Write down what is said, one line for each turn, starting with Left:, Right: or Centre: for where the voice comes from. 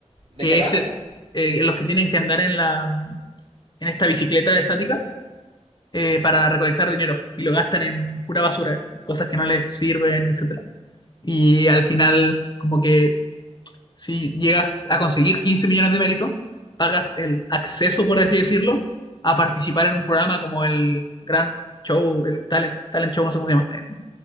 Right: ¿De
Left: que
Right: qué va?
Left: es eh, los que tienen que andar en la, en esta bicicleta estática eh, para recolectar dinero y lo gastan en pura basura, en cosas que no les sirven, etcétera. Y al final, como que si llegas a conseguir 15 millones de méritos, pagas el acceso, por así decirlo, a participar en un programa como el Gran Show, el Talent, Talent Show, no sé cómo se llama en,